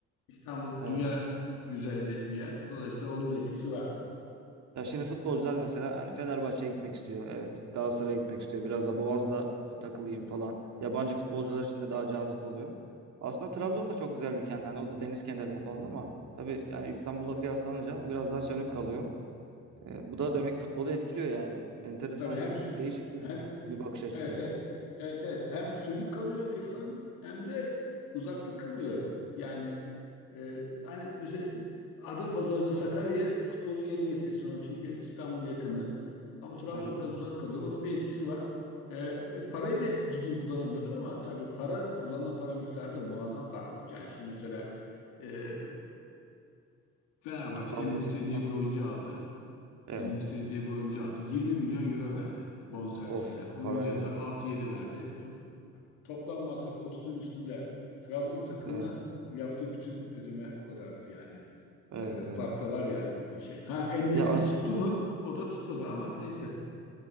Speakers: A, on the left; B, on the right.
A: İstanbul
B: Evet.
A: dünya güzelliği bir yer. Dolayısıyla onun da etkisi var.
B: Ya şimdi futbolcular mesela hani Fenerbahçe'ye gitmek istiyor. Evet. Galatasaray'a gitmek istiyor. Biraz da Boğaz'da e, takılayım falan. Yabancı futbolcular için de daha cazip oluyor. Aslında Trabzon da çok güzel bir kent. Hani o da deniz kenarında falan ama tabii yani İstanbul'la kıyaslanınca biraz daha sönük kalıyor. Ee, bu da demek futbolu etkiliyor yani. Enteresan
A: Tabii hem
B: ya. Değişik bir,
A: hem
B: bir bakış açısı.
A: evet evet evet evet hem sönük kalıyor İrfan hem de uzakta kalıyor. Yani e, hani mesela Adapazarı'nı Sakarya'ya futbolcu gene getirirsin o çünkü İstanbul yakını ama Trabzon
B: Aha,
A: biraz uzak kalıyor. Onun bir etkisi var. E, e, parayı da düzgün kullanamıyorlar ama tabii para kullanılan para miktarı da muazzam farklılık. Yani şimdi mesela e, Fenerbahçe
B: fazla
A: en diye
B: bir. Aha.
A: bir oyuncu aldı.
B: Evet.
A: En-Nesyri diye bir oyuncu aldı. 20 milyon euro verdi bonservisine.
B: Of
A: Oyuncuya
B: paraya bak
A: da 6-7
B: ya.
A: verdi. E, Toplam masrafı 30'un üstünde. Trabzon takımına
B: Evet.
A: yaptığı bütün ödeme o kadardır yani.
B: Evet
A: E,
B: evet.
A: fark da var yani şey. Ha Endesiri
B: Ya as
A: tuttu mu? O da tutmadı ama neyse.